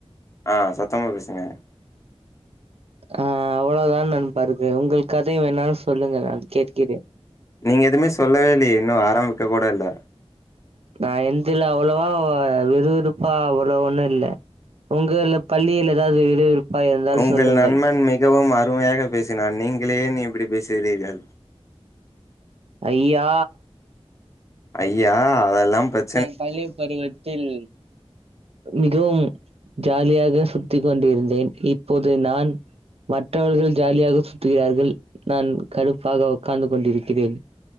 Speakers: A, on the left (about 30°); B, on the right (about 70°).
A: அ சத்தமா பேசுங்க
B: அ அவ்வளவுதான் நண்பா ருக்கு உங்கள் கதைய வேணாலும் சொல்லுங்க நான் கேட்கிறே
A: நீங்க எதுமே சொல்லவே இல்லையே இன்னு ஆரம்பிக்க கூட இல்ல
B: நான் என்துல அவ்வளவா விறுவிறுப்பா அவ்ளோ ஒன்னு இல்ல உங்கள பள்ளியில் ஏதாவுது விறுவிறுப்பா இருந்தால்
A: உங்கள்
B: சொல்லுங்கள்
A: நண்பன் மிகவும் அருமையாக பேசினான் நீங்களே நீ இப்பிடி பேசுறீர்கள்
B: ஐயா
A: ஐயா அதெல்லாம் ப்ரச்
B: நாங் பள்ளி பருவத்தில் மிகவும் ஜாலியாக சுத்தி கொண்டிருந்தேன் இப்போது நான் மற்றவர்கள் ஜாலியாக சுத்துகிறார்கள் நான் கடுப்பாக உக்காந்து கொண்டிருக்கிறேன்